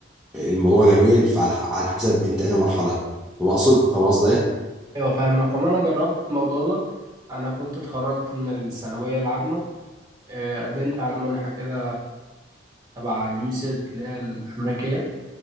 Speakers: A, in the centre; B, on the right.
A: الموضوع جميل فعلى على حسب انت انا مرحله فبقصد فاهم قصدي إيه؟
B: ايوه فاهمك وما انا جربت الموضوع ده انا كنت اتخرجت من الثانوية العامة آه، قدمت على منحة كده تبع اليوسيد اللي هي الأمريكية